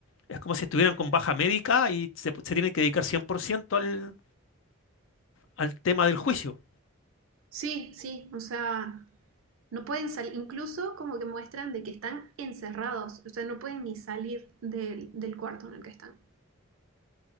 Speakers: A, on the left (about 65°); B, on the right (about 70°).
A: es como si estuvieran con baja médica y se, se tienen que dedicar 100% al, al tema del juicio.
B: Sí, sí, o sea, No pueden salir, incluso como que muestran de que están encerrados, o sea, no pueden ni salir del, del cuarto en el que están.